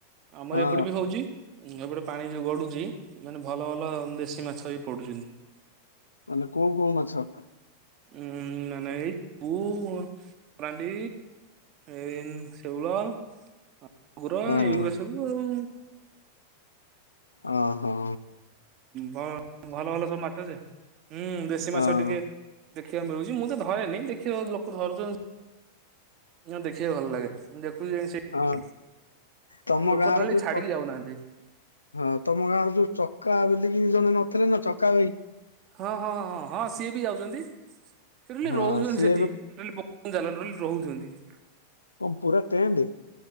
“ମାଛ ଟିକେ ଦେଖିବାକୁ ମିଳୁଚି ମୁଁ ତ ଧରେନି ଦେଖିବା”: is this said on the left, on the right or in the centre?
Right